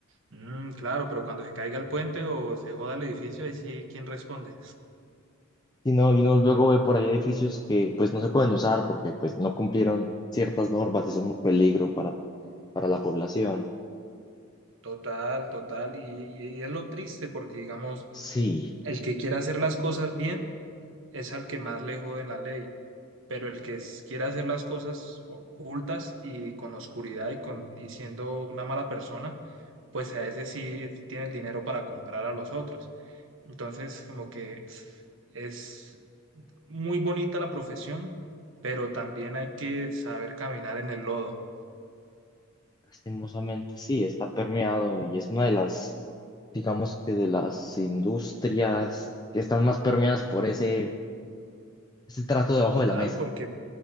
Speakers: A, on the right; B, on the left.
A: Mm, claro, pero cuando se caiga el puente o se joda el edificio, ahí sí, ¿quién responde?
B: Y no, y uno luego ve por ahí edificios que pues no se pueden usar porque pues no cumplieron ciertas normas y son un peligro para, para la población.
A: Total, total, y, y- y es lo triste porque, digamos,
B: Sí,
A: el que quiere hacer las cosas bien es al que más le jode la ley. pero el que s- quiera hacer las cosas ocultas y con oscuridad y, con, y siendo una mala persona, pues a ese sí tiene el dinero para comprar a los otros. Entonces, como que es muy bonita la profesión, pero también hay que saber caminar en el lodo,
B: lastimosamente sí, está permeado y es una de las, digamos que de las industrias que están más permeadas por ese, ese trato debajo
A: total,
B: de la mesa.
A: porque